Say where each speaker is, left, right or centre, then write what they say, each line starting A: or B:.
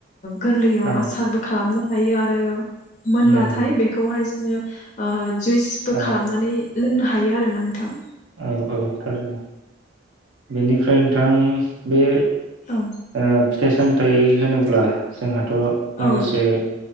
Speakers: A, on the left; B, on the right.
A: गोरलैयाव
B: औ
A: आसारबो खालामनो थायो आरो मोनबाथाय
B: नंगौ
A: बेखौहाय जोङो <inaudible> जुइसबो
B: औ
A: खालामनानै लोंनो हायो आरोना नोंथां।
B: औ औ थारैनो। बेनि फ्राय नोंथां बे
A: औ
B: ओ फिथाइ साम हाथाय होनोब्ला जोंहा थ'
A: औ
B: माखासे